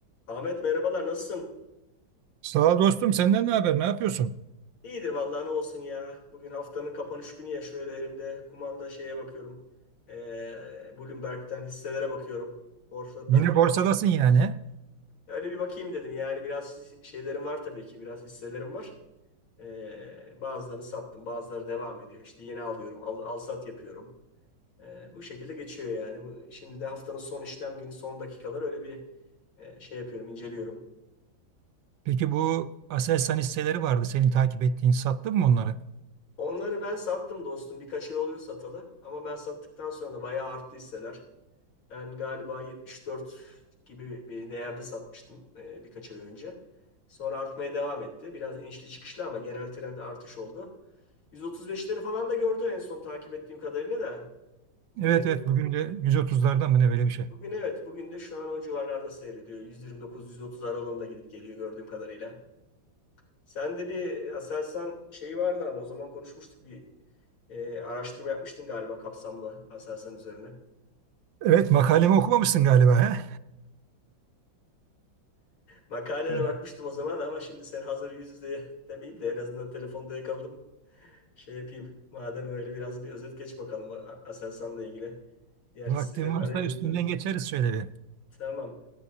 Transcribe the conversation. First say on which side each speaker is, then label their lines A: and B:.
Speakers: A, on the left; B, on the right.
A: Ahmet merhabalar nasılsın?
B: Sağ ol dostum. Senden ne haber? Ne yapıyorsun?
A: İyidir vallahi ne olsun ya. Bugün haftanın kapanış günü ya şöyle elimde kumanda şeye bakıyorum. Ee, Bloomberg'den hisselere bakıyorum. Borsa performans.
B: Yine borsadasın yani.
A: Öyle bir bakayım dedim yani biraz şeylerim var tabii ki biraz hisselerim var. Ee, bazılarını sattım bazıları devam ediyor. İşte yeni alıyorum al, al sat yapıyorum. Ee, bu şekilde geçiyor yani. Bu, şimdi de haftanın son işlem günü son dakikalar öyle bir e, şey yapıyorum inceliyorum.
B: Peki bu Aselsan hisseleri vardı. Senin takip ettiğin. Sattın mı onları?
A: Onları ben sattım dostum. Birkaç ay oluyor satalı. Ama ben sattıktan sonra da bayağı arttı hisseler. Ben galiba 74 gibi bir değerde satmıştım e, birkaç ay önce. Sonra artmaya devam etti. Biraz inişli çıkışlı ama genel trend artış oldu. 135'leri falan da gördü en son takip ettiğim kadarıyla da. Bugün
B: Evet evet. Bugün de 130'larda mı ne böyle bir şey.
A: bugün evet bugün de şu an o civarlarda seyrediyor. 129-130 aralığında gidip geliyor gördüğüm kadarıyla. Sen de bir Aselsan şeyi vardı ama o zaman konuşmuştuk bir e, araştırma yapmıştın galiba kapsamlı Aselsan üzerine.
B: Evet makalemi okumamışsın galiba he?
A: Makalene
B: Evet.
A: bakmıştım o zaman ama şimdi sen hazır yüz yüze demeyeyim de en azından telefonda yakaladım. Şey yapayım. Madem öyle biraz bir özet geç bakalım A- Aselsan'la ilgili. Diğer
B: Vaktin
A: hisseler
B: varsa
A: analizini.
B: üstünden
A: gör-
B: geçeriz şöyle bir.
A: Tamam.